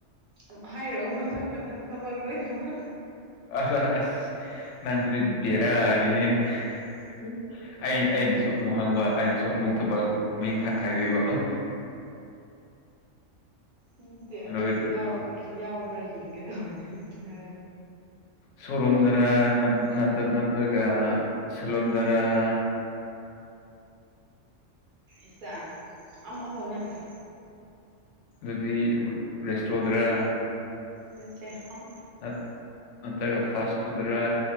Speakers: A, on the right; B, on the left.
A: ꯎꯝ ꯍꯥꯏꯔꯛꯑꯣ ꯃꯊꯪ ꯃꯊꯪ ꯊꯕꯛ ꯂꯣꯏꯅꯃꯛ
B: ꯑꯁ ꯑꯁ ꯅꯪꯁꯤꯗꯤ ꯕꯦꯔꯥꯅꯤꯍꯦ ꯍꯥꯍꯥꯍꯥ ꯑꯩ ꯑꯩꯅꯁꯨ ꯑꯃꯨꯛ ꯍꯪꯕ ꯑꯩꯅꯁꯨ ꯑꯃꯨꯛ ꯊꯕꯛ ꯃꯤꯡ ꯍꯥꯏꯕꯤꯕ ꯎꯝ
A: ꯅꯠꯇꯦ ꯑꯗꯨꯗ
B: ꯂꯣꯏ
A: ꯌꯥꯎ ꯌꯥꯎꯕ꯭ꯔꯥ ꯌꯦꯡꯒꯦ ꯇꯧꯕꯅꯦꯅ
B: ꯁꯣꯔꯨꯝꯗꯔ ꯅꯠ ꯅꯠ ꯅꯠꯇ꯭ꯔꯒ ꯁꯦꯂꯨꯟꯗꯔ <inaudible>
A: ꯏꯁꯑ ꯑꯃ ꯐꯥꯎ ꯅꯠꯇꯦ
B: ꯑꯗꯨꯗꯤ ꯔꯦꯁꯇ꯭ꯔꯣ ꯗꯨꯔꯥ
A: ꯅꯠꯇꯦ ꯑꯝ
B: ꯅꯠ ꯅꯠꯇ꯭ꯔꯥꯒ ꯐꯥꯁ ꯐꯨꯠꯇꯔ